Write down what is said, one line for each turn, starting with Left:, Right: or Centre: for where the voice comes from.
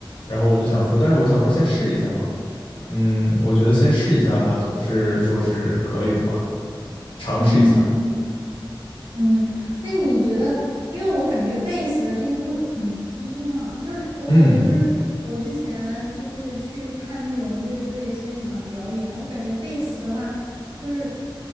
Left: 然后我就想说，但是我想说先试一下嘛，嗯，我觉得先试一下它总是说是可以的嘛，尝试一下，
Right: 嗯嗯，那你觉得，因为我感觉贝斯的声音就很低嘛，就是我感觉就是我之前就是去看那种乐队现场表演，
Left: 嗯，
Right: 我感觉贝斯的话就是